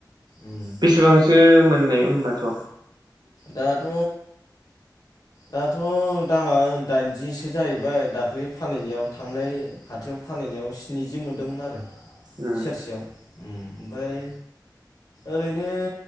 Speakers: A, on the left (about 60°); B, on the right (about 70°).
A: उम
B: बेसेबांसो मोननाय होनबाथ'
A: दाथ' दाथ' दामा दाइनजिसो जाहैबाय दाख्लै फानहैनायाव थांनाय हाथायाव फानहैनायाव स्निजि मोनदोंमोन आरो
B: उम
A: सेरसेयाव ओमफ्राय ओरैनो